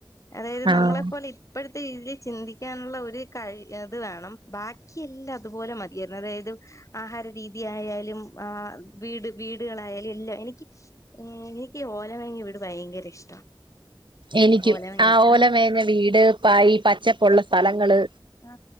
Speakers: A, on the left (about 40°); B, on the right (about 75°).
A: അതായത്
B: ആഹ്
A: നമ്മളെ പോലെ ഇപ്പോഴത്തെ രീതിൽ ചിന്തിക്കാനുള്ള ഒരു കഴി അത് വേണം ബാക്കി എല്ലാം അതുപോലെ മതിയാരുന്നു അതായത് ആഹാര രീതി ആയാലും ആ വീട് വീടുകളായാലും എല്ലാം എനിക്ക് എനിക്ക് ഓലമേഞ വീട് ഭയങ്കര ഇഷ്ട
B: എനിക്കും
A: ഓലമേഞ്ഞ
B: ആ ഓല
A: ആഹ്
B: മേഞ്ഞ വീട് പായി പച്ചപ്പുള്ള സ്ഥലങ്ങള്
A: ആ